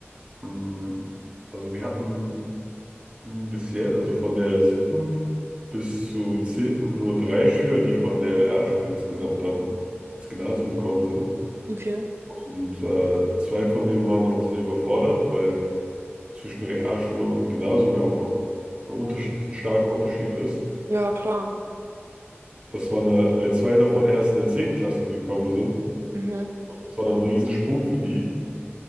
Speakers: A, on the right; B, on the right.
A: mh, also wir hatten mh, bis also von der siebten bis zur zehnten nur drei Schüler, die von der Realschule insgesamt dann ins Gymnasium gekommen sind.
B: okay.
A: Und äh, zwei von denen waren dann noch sehr überfordert, weil zwischen Realschule und Gymnasium ja auch noch ein Unterschied ein starker Unterschied ist.
B: Ja, klar.
A: Das war eine, weil zwei davon erst in der 10. Klasse gekommen sind.
B: Mhm.
A: Das war dann ein Riesensprung für die.